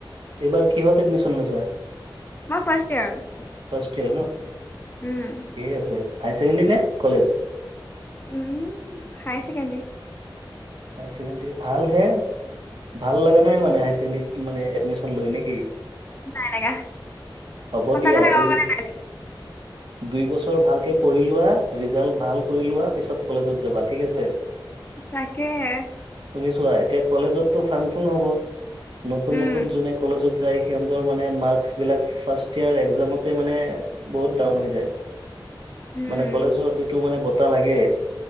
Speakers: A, on the right (about 75°); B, on the left (about 25°).
A: এইবাৰ কিহত এডমিশন লৈছা?
B: মই, ফষ্টট ইয়েৰত।
A: ফাৰষ্ট ইয়েৰ ন।
B: উম,
A: কেই, আছে হাই ছেকেণ্ডেৰী নে কলেজ?
B: উম, হাই চছেকেণ্ডাৰী।
A: হাইছেকেণ্ডী ভাল হে, ভাল লগা নাই মানে হাই ছেকেণ্ডৰীত মানে এডমিশন লয় নেকি।
B: নাই লাগা
A: হ'ব
B: সঁচা
A: দিয়া
B: কথা ক'ব
A: দেই
B: গ'লে নাই লাগা
A: দুই বছৰ ভালকে পঢ়ি লোৱা ৰিজাল্ট ভাল কৰি লোৱা পিছত কলেজত যাবা ঠিক আছে
B: তাকেহে
A: তুমি চোৱা এতিয়া কলেজততো ফাং ফুং হব নতুন
B: উম,
A: নতুন যোনে কলেজত যায় সিহঁতৰ মানে মাৰ্কচ বিলাক ফাৰ্ষ্ট ইয়াৰ এক্জামতে মানে বহুত ডাউন হৈ যায়
B: উম,
A: মানে কলেজৰ যিটো মানে বতাহ লাগে